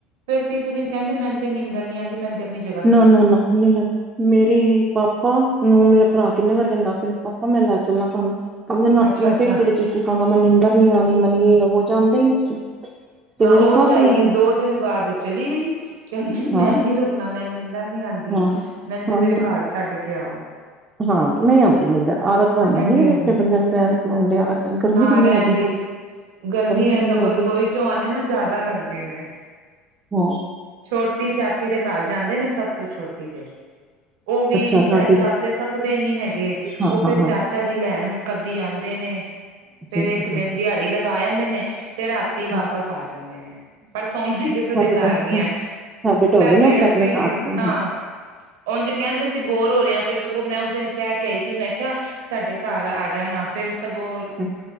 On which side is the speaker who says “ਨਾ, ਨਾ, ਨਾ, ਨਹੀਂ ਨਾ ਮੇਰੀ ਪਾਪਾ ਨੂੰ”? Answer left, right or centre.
Right